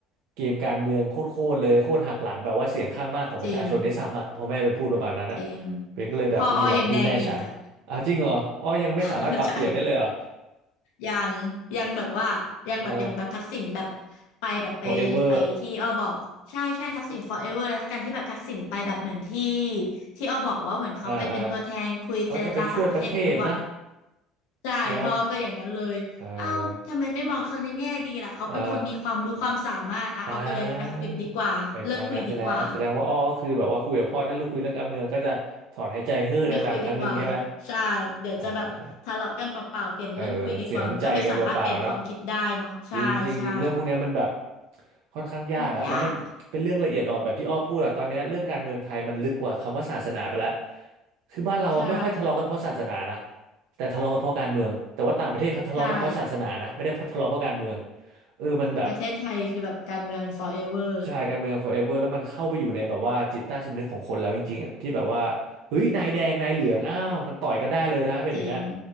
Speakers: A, on the right; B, on the left.
A: เกมการเมืองโคตรๆเลยโคตรหักหลังแบบว่าเสียงข้างมากของประชาชนได้วยซ้ำอ่ะพอแม่เป็นพูดประมาณนั้นอะ
B: จริงจริง
A: เป็นก็เลยแบบนี่แหละนี่แม่ฉันอ้าวจริงเหรออ๋อยังไม่สามารถปรับเปลี่ยนได้เลยเหรอ
B: พอออยังแดงอยู่เลยนะ <laughs> ใช่ ยังยังแบบว่ายังแบบยังแบบทักษิณแบบ
A: เออ
B: ไปแบบไปไปที่อ้อบอกใช่ใช่ทักษิณ
A: forever
B: forever แล้วกันที่แบบทักษิณไปแบบเหมือนที่ที่อ้อบอกว่าเหมือนเขาไปเป็นตัวแทนคุยเจรจาต่างประเทศไม่รู้ว่ะ
A: อ่าอ่าเขาจะไปช่วยประเทศนะ
B: ใช่พ่อก็อย่างนั้นเลยเอ้าทำไมไม่มองเขาในแง่ดีล่ะเขาเป็นคนมีความรู้ความสามารถอ่ะเอาก็เลยอ่ะหยุดดีกว่าเลิกคุยดีกว่า
A: ใช่ไหมเอออ่าอ่าไปทางนั้นซะแล้วแสดงว่าอ้อก็คือแบบว่าคุยกับพ่อถ้าลูกคุยเรื่องการเมืองก็จะถอนหายใจเฮ้อดังๆครั้งหนึ่งใช่ไหม
B: ไม่คุยดีกว่าใช่เดี๋ยวจะแบบทะเลาะกันเปล่าๆเปลี่ยนเรื่องคุยดีกว่ามันก็ไม่สามารถเปลี่ยนความคิดได้เนาะใช่ใช่
A: อ่าเออเสียน้ำใจกันเปล่าๆเนาะ จริงจริงจริงเรื่องพวกเนี้ยมันแบบค่อนข้างยากอะแล้วมันเป็นเรื่องละเอียดอ่อนแบบที่อ้อพูดอะตอนเนี้ยเรื่องการเมืองไทยมันลึกกว่าคำว่าศาสนาไปแล้ว
B: มันยากอะ
A: คือบ้านเราไม่ค่อยทะเลาะกันเพราะศาสนานะ
B: ใช่
A: แต่ทะเลาะกันเพราะการเมืองแต่ว่าต่างประเทศเขาทะเลาะกันเพราะศาสนานะไม่ได้เพราะทะเลาะเพราะการเมือง
B: ใช่
A: เออมันแบบ
B: ประเทศไทยคือแบบการเมือง forever
A: ใช่การเมือง forever แล้วมันเข้าไปอยู่ในแบบว่าจิตใต้สำนึกของคนแล้วจริงๆอะที่แบบว่าเฮ้ยนายแดงนายเหลืองอ้าวมันต่อยกันได้เลยนะเป็นอย่างเงี้ย
B: จริง